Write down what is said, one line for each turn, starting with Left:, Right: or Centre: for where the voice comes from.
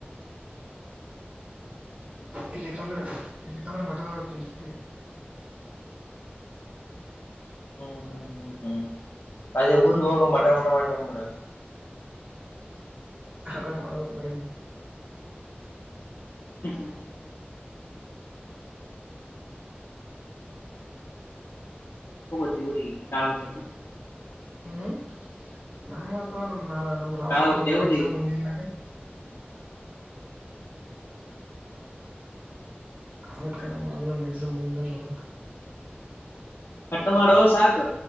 Right: ಇಲ್ಲಿಕಂದ್ರೆ ಎಷ್ಟೇಕಂದ್ರೆ ಮಟನ್ ಹ ತಿಂತಿದ್ದಿ
Left: ಹ್ಮ್ ಹ್ಮ್ ಹ್ಮ್ ಹ್ಮ್ ಅದೇ ಊರಿಗೆ ಹೋಗುವ ಮಟನ್ ಊಟ ಮಾಡಿ ಬ್ಬಿಡ
Right: ಅ ಮಾಡಳ ಮಾಡಡಿಿ
Left: ಹ್ಮ ಹತಿ ಬ ಡಾಳೋತಿ
Right: ಹ್ಮ್ ನಾಳ ಅಥವಾ ನಮ ನಮ್ ರಾವ
Left: ನಾಳೆ ಹೋಗ್ತೇ ಊರಿಗೆ
Right: ಎಕ್ಸಾಮ್ ಹೋಗಿದ ಮೇಲೆ ಅವಕನ ನಾವಳಸ ಮುಲ್ಲ
Left: ಕಟ್ ಮಾಡೋ ಸಾಕು